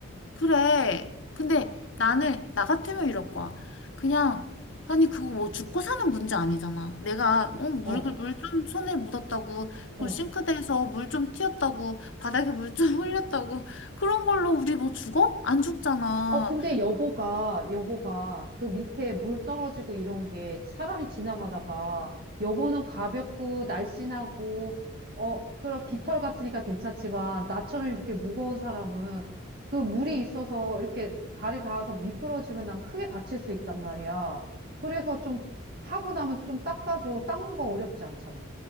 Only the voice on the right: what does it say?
어,
어.
아, 근데 여보가, 여보가 그 밑에 물 떨어지고 이런 게 사람이 지나가다가 여보는 가볍고 날씬하고, 어, 그런 깃털 같으니까 괜찮지만 나처럼 이렇게 무거운 사람은 그 물이 있어서 이렇게 발이 닿아서 미끄러지면 난 크게 다칠 수 있단 말이야. 그래서 좀 하고 나면 좀 닦아줘. 닦는 거 어렵지 않잖아.